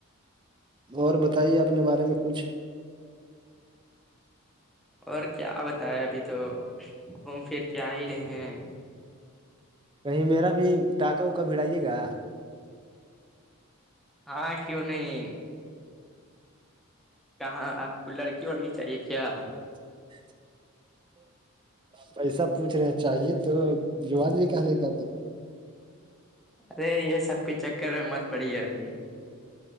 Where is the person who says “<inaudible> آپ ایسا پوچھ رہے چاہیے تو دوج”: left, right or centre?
Right